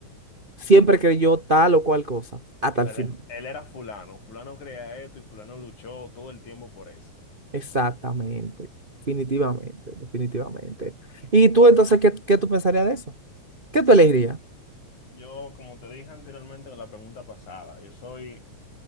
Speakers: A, on the right; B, on the left.
A: siempre creyó tal o cual cosa, hasta
B: Él,
A: el final.
B: él era fulano, fulano creía esto y fulano luchó todo el tiempo por eso.
A: Exactamente, definitivamente, definitivamente. ¿Y tú entonces qué, qué tú pensarías de eso? ¿Qué
B: Mira,
A: tú elegirías?
B: yo como te dije anteriormente en la pregunta pasada, yo soy, o